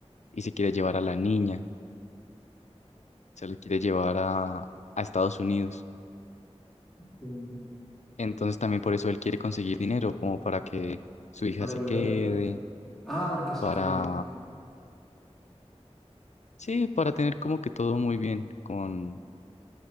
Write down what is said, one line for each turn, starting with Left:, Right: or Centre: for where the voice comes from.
Left: y se quiere llevar a la niña. se lo quiere llevar a, a Estados Unidos.
Centre: sí.
Left: Entonces también por eso él quiere conseguir dinero, como para que su hija
Centre: Para
Left: se
Centre: ayudarlo.
Left: quede,
Centre: Ah, para que se
Left: para,
Centre: quede.
Left: sí, para tener como que todo muy bien con,